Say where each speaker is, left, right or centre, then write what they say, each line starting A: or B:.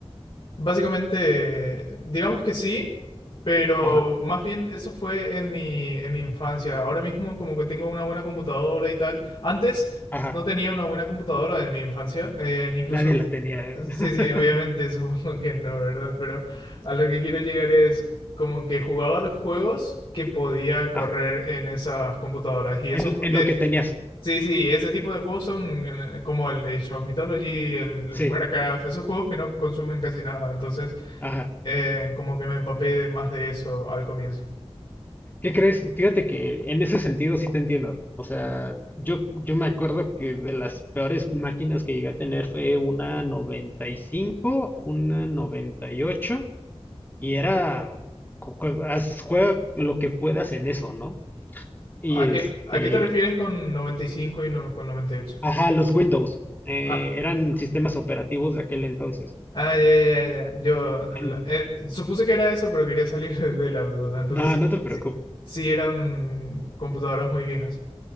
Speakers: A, on the left; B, on the left.
A: Básicamente, digamos que sí, pero
B: Ajá,
A: más bien eso fue en mi, en mi infancia. Ahora mismo como que tengo una buena computadora y tal. Antes
B: ajá.
A: no tenía una buena computadora en mi infancia. eh, incluso,
B: Nadie la tenía. <laughs>
A: sí, sí, obviamente <laughs> supongo que no, ¿verdad? Pero a lo que quiero llegar es como que jugaba los juegos que podía correr
B: Ajá,
A: en esas computadoras. Y
B: en,
A: esos, ju-
B: en
A: eh,
B: lo que tenías.
A: Sí, sí, ese tipo de juegos son eh, como el Age of Mythology, el
B: Sí,
A: Warcraft, esos juegos que no consumen casi nada, entonces
B: ajá.
A: eh, como que me empapé de más de eso al comienzo.
B: ¿Qué crees? Fíjate que en ese sentido sí te entiendo. O sea, yo, yo me acuerdo que de las peores máquinas que llegué a tener fue una noventa y cinco una 98, y ocho, y era, co- jue- haz- juega lo que puedas en eso, ¿no? Y
A: ¿A
B: este,
A: qué, a qué te refieres con noventa y cinco y no con 98?
B: ajá, los Windows, eh,
A: Ah,
B: eran sistemas operativos de aquel entonces.
A: ah, ya, ya, ya. ya. Yo
B: En-
A: lo- eh, supuse que era eso, pero quería salir <laughs> de la duda. Entonces
B: no,
A: sí,
B: no te preocupes.
A: sí, sí eran computadoras muy viejas.